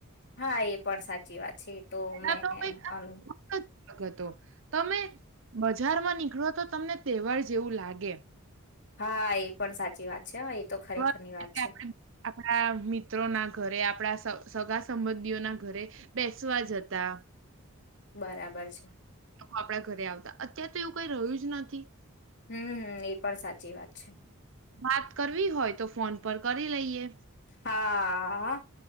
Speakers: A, on the left; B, on the right.
A: હા એ પણ સાચી વાત છે. તો મેં
B: એ તો કાઈ ખા
A: અનુ
B: <inaudible> ગતો તમે બજારમાં નીકળો તો તમને તહેવાર જેવું લાગે.
A: હા એ પણ સાચી વાત છે હા તો
B: તહેવાર
A: ખરેખર ની વાત
B: એટલે
A: છે.
B: આપણે આપણા મિત્રો ના ઘરે આપણા સગા સંબંધીઓ ના ઘરે બેસવા જતા.
A: બરાબર છે.
B: આપડા ઘરે આવતા અત્ય્યારે તો એવું કઈ રહ્યું જ નથી.
A: હમ્મ હમ્મ એ પણ સાચી વાત છે.
B: વાત કરવી હોય તો ફોન પર કરી લઈએ
A: હા